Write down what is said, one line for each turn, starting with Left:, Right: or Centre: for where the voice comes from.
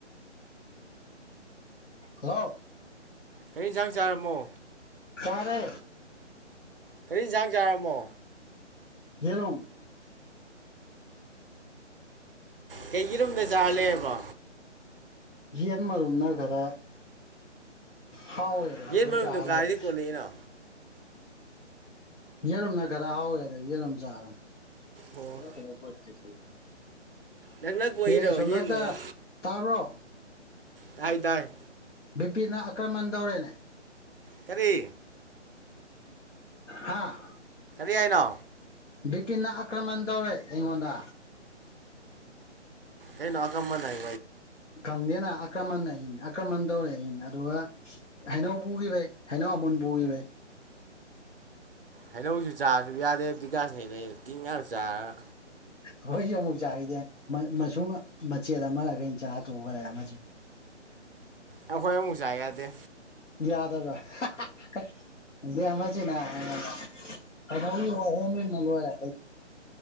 Left: ꯍꯜꯂꯣ
Right: ꯀꯔꯤ ꯌꯦꯟꯁꯥꯡ ꯆꯥꯔꯝꯃꯣ
Left: ꯇꯔꯦ
Right: ꯀꯔꯤ ꯌꯦꯟꯖꯥꯛ ꯆꯥꯔꯝꯃꯣ
Left: ꯌꯦꯔꯨꯝ
Right: ꯀꯩ ꯌꯦꯔꯨꯝꯗꯖꯥ ꯂꯩꯑꯕꯣ
Left: ꯌꯤꯑꯦꯟ ꯃꯔꯨꯝꯅ ꯈꯔ ꯍꯥꯎ ꯌꯥꯔꯦ
Right: ꯌꯦꯟ
Left: ꯑꯗꯨ
Right: ꯃꯔꯨꯝꯗꯣ
Left: ꯆꯂꯦꯔꯦ
Right: ꯀꯥꯏꯗꯩ ꯀꯣꯠꯂꯛꯏꯅꯣ
Left: ꯍꯦꯔꯝꯅ ꯈꯔꯥꯎ ꯌꯥꯔ ꯍꯦꯔꯣꯝ ꯆ ꯑꯔꯝ
Right: ꯑꯣ
Left: ꯍ ꯍ <inaudible>
Right: ꯅꯪꯅ ꯀꯣꯛꯏꯔꯣ
Left: ꯑꯦ ꯁꯟꯗꯛꯇ
Right: ꯌꯦꯟꯗꯨꯕꯣ
Left: ꯇꯥꯕ꯭ꯔꯣ
Right: ꯇꯥꯏ ꯇꯥꯏ
Left: ꯕꯤ ꯄꯤꯅ ꯑꯀ꯭ꯔꯃꯟ ꯇꯧꯔꯦꯅꯦ
Right: ꯀꯔꯤ
Left: ꯍꯥꯥ
Right: ꯀꯥꯏꯅ
Left: ꯕꯤꯄꯤꯤ ꯑꯀ꯭ꯔꯃꯟꯗꯔ ꯑꯩꯉꯣꯟꯗ
Right: ꯍꯩꯅ ꯀꯝꯃ ꯍꯥꯏ
Left: ꯀꯟꯦꯅ ꯑꯀ꯭ꯔꯃꯟ ꯑꯩꯅ ꯑꯀ꯭ꯔꯃꯟ ꯇꯧꯔꯦ ꯑꯩꯅ ꯑꯗꯨꯒ ꯍꯩꯅꯧ ꯄꯨꯈꯤꯕꯩ ꯍꯩꯅꯧ ꯑꯃꯟ ꯄꯨꯈꯤꯕꯩ
Right: ꯍꯩꯅꯧꯁꯨ ꯆꯥꯔꯁꯨ ꯌꯥꯗꯦꯕ ꯗꯤꯀꯥꯁꯅꯦꯅ ꯇꯤꯡꯉꯁꯨ ꯆꯥꯔ
Left: ꯑꯩꯈꯣꯏꯁꯨ ꯑꯃꯨꯛ ꯆꯥꯈꯤꯗꯦ ꯃꯨꯡ ꯃꯆꯦꯠ ꯑꯃꯈꯩꯅ ꯆꯥ ꯇꯣꯛꯑꯒ ꯂꯩꯃꯁꯤꯦ
Right: ꯑꯩꯈꯣꯏ ꯑꯃꯨꯛ ꯆꯥ ꯌꯥꯗꯦ
Left: ꯌꯥꯗꯕꯅꯍꯣꯡꯅ ꯂꯣꯏꯔꯦ